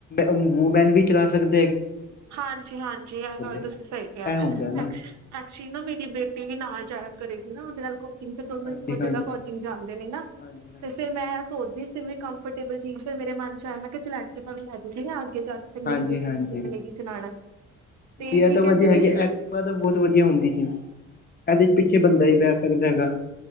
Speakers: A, on the left (about 35°); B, on the right (about 65°).
A: ਵੂਮੈਨ ਵੀ ਚਲਾ ਸਕਦਾ ਐ।
B: ਹਾਂਜੀ-ਹਾਂਜੀ, ਐ ਗੱਲ ਤੁਸੀਂ
A: ਆ,
B: ਸਹੀ ਕਿਹਾ,
A: ਇਹ ਹੁੰਦਾ ਨਾ
B: ਐਕ ਐਕਚੀ ਨਾ ਮੇਰੀ ਬੇਟੀ ਵੀ ਨਾਲ ਜਾਇਆ ਕਰੇਗੀ ਨਾ ਉਹਦੇ ਨਾਲ ਚਿੰਗ ਤੇ ਦੋਨੂੰ
A: ਹਾਂਜੀ
B: ਇੱਕੋ
A: ਹਾਂਜੀ
B: ਜਗ੍ਹਾ ਕੋਚਿੰਗ ਜਾਂਦੇ ਨੇ ਨਾ
A: ਹਾਂਜੀ ਹਾਂਜੀ
B: ਤੇ ਫੇਰ ਮੈਂ ਸੋਚਦੀ ਸੀ ਵੀ ਕੰਫਰ ਟੇਬਲ ਚੀਜ਼ ਫਿਰ ਮੇਰੇ ਮਨ 'ਚ ਆਇਆ ਮੈਂ ਕਿਹਾ ਚਲ ਐਕਟਵਾ ਵੀ ਲੈ ਦਿਨੀ ਆਂ ਅੱਗੇ ਜਾ ਕੇ ਫਿਰ
A: ਹਾਂਜੀ
B: ਮੇਰੀ ਬੇਟੀ ਵੀ ਸਿੱਖ
A: ਹਾਂਜੀ
B: ਲਏਗੀ ਚਲਾਣਾ ਤੇ
A: ਇਹ
B: ਕੀ
A: ਤਾਂ
B: ਕਹਿੰਦੇ
A: ਵਧੀਆ
B: ਨੇ
A: ਹੈਗੀ, ਐਕਟਿਵਾ ਤੇ ਬਹੁਤ ਵਧੀਆ ਹੁੰਦੀ ਜੀ। ਇਹਦੇ 'ਚ ਪਿੱਛੇ ਬੰਦਾ ਵੀ ਬਹਿ ਸਕਦਾ ਹੈਗਾ।